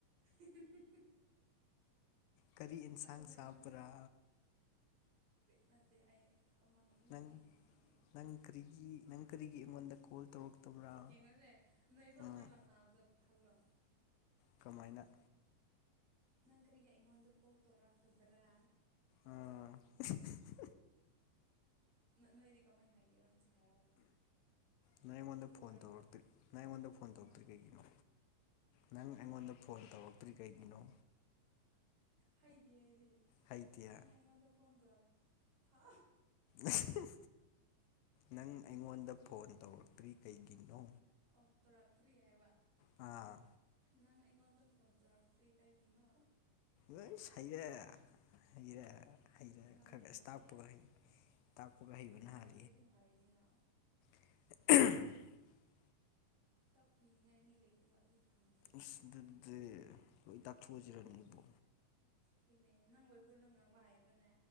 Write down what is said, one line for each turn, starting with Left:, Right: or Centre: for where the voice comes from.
Right: ꯎ <unintelligible>
Left: ꯀꯔꯤ ꯏꯟꯁꯥꯡ
Right: ꯑꯗꯣ ꯅꯣꯏ
Left: ꯆꯄꯔꯥ
Right: ꯅꯣꯏ ꯅꯠꯇ ꯑꯩ ꯑꯃ ꯅꯣꯛꯅꯤꯡꯉꯥꯏꯒꯤ
Left: ꯅꯪ
Right: ꯅꯣꯛꯅꯤꯡ
Left: ꯅꯪ ꯀꯔꯤꯒꯤ ꯅꯪ ꯀꯔꯤꯒꯤ ꯑꯩꯉꯣꯟꯗ ꯀꯣꯜ ꯇꯧꯔꯛꯇꯕ꯭ꯔꯥ
Right: ꯌꯦꯡꯉꯁꯦ ꯅꯣꯏ ꯐꯥꯎ
Left: ꯎꯝ
Right: ꯑꯗꯨꯃꯥꯏ ꯂꯥꯛꯅꯕꯅꯕꯗꯣ ꯈꯜꯂꯣ
Left: ꯀꯃꯥꯏꯅ
Right: ꯅꯪ ꯀꯔꯤꯒꯤ ꯑꯩꯉꯣꯟꯗ ꯀꯣꯜ ꯇꯧꯔꯛꯇꯕ꯭ꯔꯥ
Left: ꯑꯥ <unintelligible>
Right: ꯅꯪ ꯅꯣꯏꯗꯤ ꯀꯃꯥꯏꯅ ꯍꯥꯏꯒꯦꯔꯥ ꯑꯝꯇ ꯍꯥꯏꯔꯛꯑꯣꯅꯦ
Left: ꯅꯪ ꯑꯩꯉꯣꯟꯗ
Right: ꯀꯩ ꯀꯣꯜ
Left: ꯐꯣꯟ
Right: ꯇꯧꯔꯛꯇꯕꯅꯣ
Left: ꯇꯧꯛꯇ꯭ꯔꯤ ꯅꯪ ꯑꯩꯉꯣꯟꯗ ꯐꯣꯟ ꯇꯧꯔꯛꯇ꯭ꯔꯤ
Right: ꯍꯥ
Left: ꯀꯩꯒꯤꯅꯣ ꯅꯪ ꯑꯩꯉꯣꯟꯗ ꯐꯣꯟ ꯇꯧꯔꯛꯇ꯭ꯔꯤ ꯀꯩꯒꯤꯅꯣ
Right: ꯍꯩꯇꯤꯌꯦ ꯑꯩꯗꯤ
Left: ꯍꯩꯇꯤꯌꯥ
Right: ꯅꯪ ꯑꯩꯉꯣꯟꯗ ꯐꯣꯟ ꯇꯧꯔꯛ ꯍꯥ
Left: ꯑꯍꯤ ꯅꯪ ꯑꯩꯉꯣꯟꯗ ꯐꯣꯟ ꯇꯧꯔꯛꯇ꯭ꯔꯤ ꯀꯩꯒꯤꯅꯣ
Right: ꯑꯣ ꯇꯧꯔꯛꯇ꯭ꯔꯤ ꯍꯥꯏꯕ
Left: ꯑꯥ
Right: ꯅꯪ ꯑꯩꯉꯣꯟꯗ ꯐꯣꯟ ꯇꯧꯔꯛꯇ꯭ꯔꯤ ꯀꯩꯒꯤꯅꯣ
Left: ꯂꯣꯏ ꯍꯩꯔꯦ ꯍꯩꯔꯦ ꯍꯩꯔꯦ
Right: ꯉꯝꯗꯤꯌꯦꯍꯦ
Left: ꯈꯔ ꯑꯁ ꯇꯥꯛꯄꯒ ꯍꯩ ꯇꯥꯛꯄꯒꯍꯩꯕꯅ ꯍꯥꯂꯦ
Right: ꯗꯤ ꯑꯗꯨꯝ ꯍꯩꯅꯤꯅ
Left: <unintelligible>
Right: ꯇꯥꯛꯄꯤꯅꯤꯡꯉꯥꯏ ꯃꯤ ꯂꯩꯇꯕ ꯑꯗꯨꯒꯤ ꯍꯪꯗꯕ ꯑꯩꯈꯣꯏꯅ
Left: ꯏꯁ ꯑꯗꯨꯗꯤ ꯂꯣꯏ ꯇꯥꯛꯊꯣꯛꯑꯖꯤꯔꯅꯦ ꯑꯩꯕꯣ
Right: ꯍꯩꯅꯦ ꯅꯪꯕ ꯑꯩꯈꯣꯏ ꯂꯣꯟ ꯉꯥꯡꯕ ꯍꯩꯕꯅꯦ